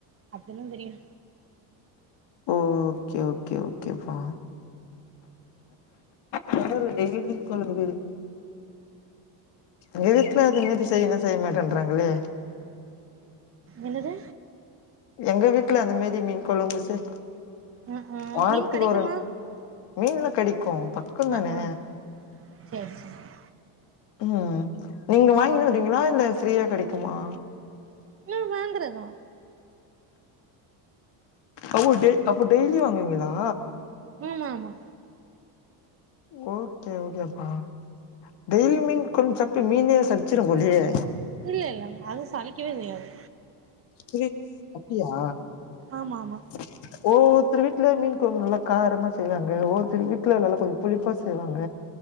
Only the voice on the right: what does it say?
அப்டினு தெரியனு
என்னது
ஆ ஆ
மீன் கெடைக்குமா
ம் ம் சேரி சேரி
ம் வாங்குறதா
ம் ஆமா
இல்ல இல்லங்க அது சலிக்கவே செய்யாது
ஆமாம்மா